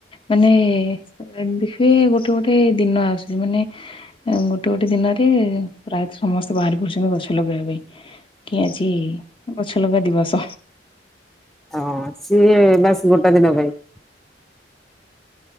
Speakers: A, on the left; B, in the centre.
A: ମାନେ, <inaudible> ଗୋଟେ ଗୋଟେ ଦିନ ଆସୁଛି ମାନେ ଗୋଟେ ଗୋଟେ ଦିନରେ ପ୍ରାୟତଃ ସମସ୍ତେ ବାହାରି ପଡୁଛନ୍ତି ଗଛ ଲଗେଇବା ପାଇଁ। କି ଆଜି ଗଛଲଗା ଦିବସ?
B: ହଁ, ସିଏ ବାସ୍ ଗୋଟା ଦିନ ପାଇଁ।